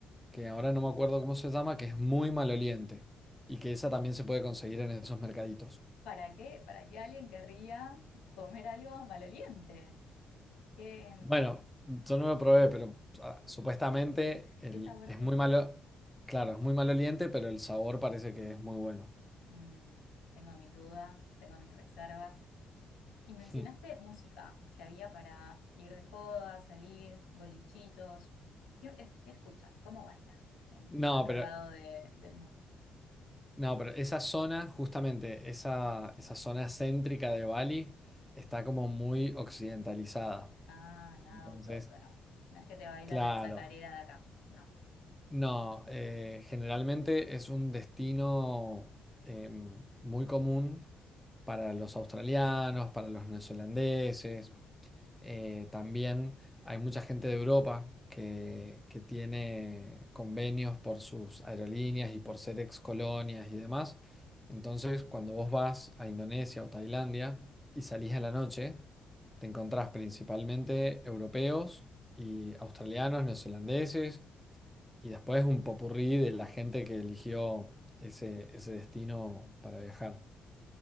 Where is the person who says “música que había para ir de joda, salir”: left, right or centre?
Left